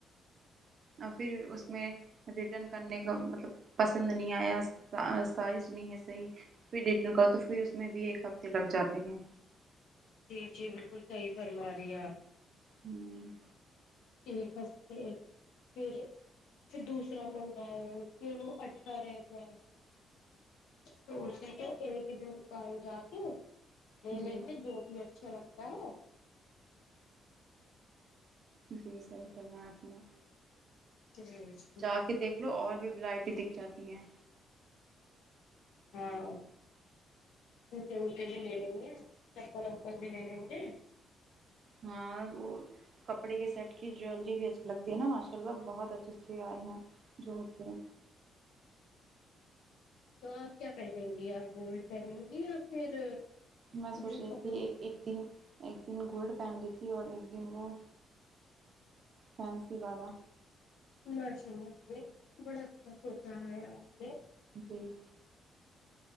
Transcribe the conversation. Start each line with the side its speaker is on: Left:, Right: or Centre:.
Right: اور پھر اس میں ریٹرن کرنے کا مطلب پسند نہیں آیا سائز نہیں ہے صحیح پھر رٹرن کا تو پھر اس میں بھی ایک ہفتے لگ جاتے ہیں
Left: جی جی بالکل صحی فرما رہی آپ
Right: ہوں
Left: ایک ہفتے پھر اس دوسرا منگواؤ پھر وہ اٹکا رہ جائے سوچا تو ایک دن توکار جا کے لے
Right: جی
Left: لیں گے جو بھی اچھا لگتا ہے
Right: جی سر سر میں آپ نے
Left: <unintelligible>
Right: جا کے دیکھ لو اور بھی ورائٹی دکھ جاتی ہیں
Left: ہاں ستے وتے بھی ل لیں گے چپل وپل بھی لے لیں گے
Right: ہاں وہ کپڑے کے سیٹ کی جویلری بھی اچھی لگتی ہے نا م لہ بہت اچھے اچے آئے ہیں جو متے
Left: تو آپ کیا پہنیں گی آپ گولڈ پہنیں گی یا پھر
Right: میں سوچ
Left: جو
Right: رہی
Left: کپڑوں
Right: تھی ایک دن ایک دن گولڈ پہن لی تھی اور ایک دن وہ فینسی والا
Left: مشاء اللہ نے بڑا اچھا سوچا ہے آپ نے
Right: جی